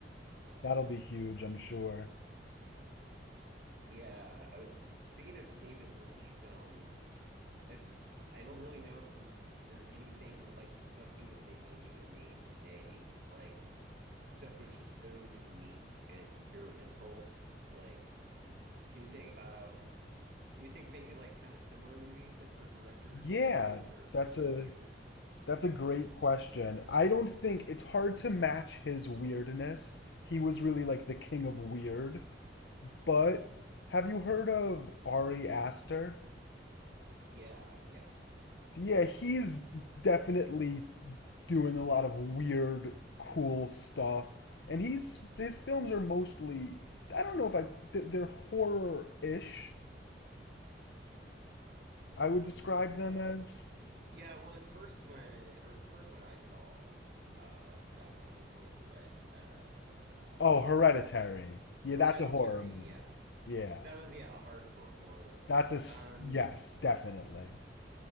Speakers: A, on the right; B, on the left.
A: Uh,
B: That'll be huge, I'm sure.
A: yeah, I was speaking of David Lynch films. It's, I don't really know if there's there's anything like the stuff he was making being made today. Like stuff was just so unique and experimental. Like, can you think uh can you think of any like kind of similar movies that or directors
B: Yeah,
A: that you like that are just
B: that's
A: kind
B: a
A: of weird?
B: that's a great question. I don't think it's hard to match his weirdness. He was really like the king of weird. But have you heard of Ari Aster?
A: Yeah, yeah.
B: So, Yeah, he's definitely doing a lot of weird, cool stuff, and he's his films are mostly I don't know if I they're they're horror-ish. I would describe
A: Uh
B: them as.
A: yeah, well his first one or the first one I saw, uh God, the one with Toni Collette, uh blah blah blah blah.
B: Oh, Hereditary. Yeah,
A: Hereditary,
B: that's a horror movie.
A: yeah.
B: Yeah,
A: That was yeah, a hardcore horror.
B: that's a s-
A: Um
B: yes, definitely.
A: Yeah.